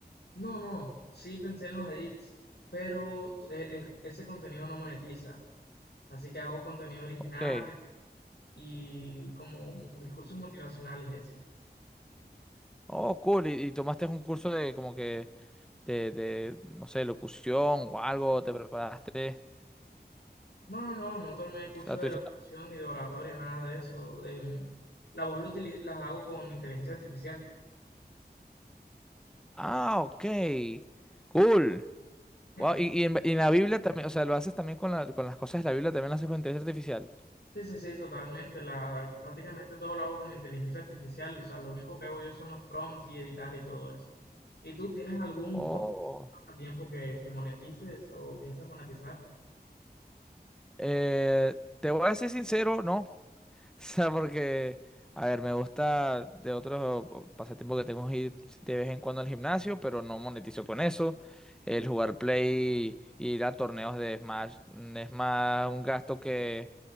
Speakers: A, on the left; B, in the centre.
A: No, no, sí pensé en los edits, pero eh, es- ese contenido no monetiza. Así que hago contenido original
B: Ok.
A: y como discursos motivacionales y así.
B: Oh, cool. Y, y tomaste un curso de como que de, de, no sé, locución o algo, te preparaste.
A: No, no, no, no tomé cursos
B: O sea,
A: de
B: tú
A: locución
B: dices,
A: ni de oratoria, nada de eso. Em, la voz la utili- la hago con inteligencia artificial.
B: ah, ok. Cool.
A: <laughs>
B: Wow, Y, y en, y en la Biblia también, o sea, lo haces también con, la- con las cosas de la Biblia, también lo haces con inteligencia artificial.
A: Sí, sí, sí, totalmente. La, prácticamente todo lo hago con inteligencia artificial. O sea, lo único que hago yo son los prompts y editar y todo eso. ¿Y tú tienes algún
B: Oh.
A: hobby pasatiempo que, que monetices o piensas monetizar?
B: Eh, te voy a decir sincero, no. <laughs> O sea, porque, a ver, me gusta de otros pasatiempos que tengo es ir de vez en cuando al gimnasio, pero no monetizo con eso. El jugar Play, y ir a torneos de Smash, mm, es más un gasto que